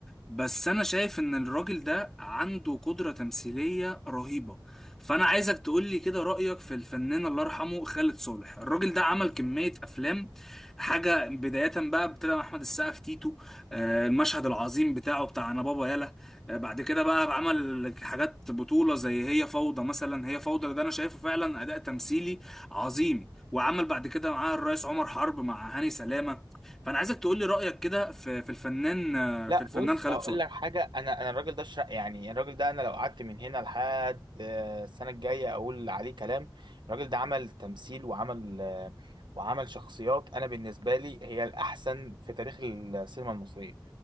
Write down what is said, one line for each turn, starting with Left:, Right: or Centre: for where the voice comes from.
Centre: بس انا شايف ان الراجل ده عنده قدره تمثيليه رهيبه فانا عايزك تقول لي كده رايك في الفنان الله يرحمه خالد صالح الراجل ده عمل كميه افلام حاجه بدايه بقى ابتدى مع احمد السقا في تيتو آه، المشهد العظيم بتاعه بتاع انا بابا يلا بعد كده بقى عمل حاجات بطولة زي هي فوضى مثلا هي فوضى ده انا شايفه فعلا اداء تمثيلي عظيم وعمل بعد كده معاه الرئيس عمر حرب مع هاني سلامة فانا عايزك تقول لي رأيك كده في في الفنان
Right: لا
Centre: في الفنان
Right: بص
Centre: خالد
Right: هقول
Centre: صالح
Right: لك حاجه انا انا الراجل ده شر... يعني الراجل ده انا لو قعدت من هنا لحد آه، السنه الجايه اقول عليه كلام الراجل ده عمل تمثيل وعمل آه، وعمل شخصيات انا بالنسبه لي هي الاحسن في تاريخ السينما المصريه